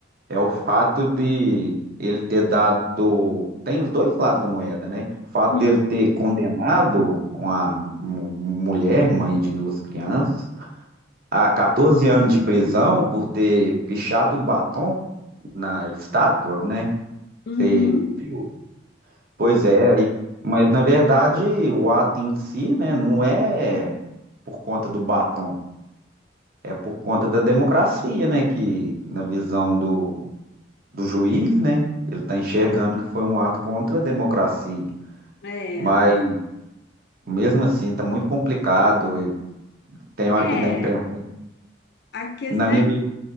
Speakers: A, on the right; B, on the left.
A: É o fato de ele ter dado. Tem os dois lados da moeda, né? O fato
B: Hum,
A: dele ter condenado uma mu- mulher, mãe de duas crianças, a 14 anos de prisão por ter pichado o batom na estátua, né?
B: uhum,
A: Você- Viu? Pois é, e- mas na verdade o ato em si, né, não é por conta do batom, é por conta da democracia, né? Que na visão do do juiz, né? Ele está enxergando que foi um ato contra a democracia.
B: é.
A: Mas, mesmo assim, está muito complicado. Tem hora
B: É,
A: que dá imprensa.
B: a questão
A: Na minha.
B: é
A: vi-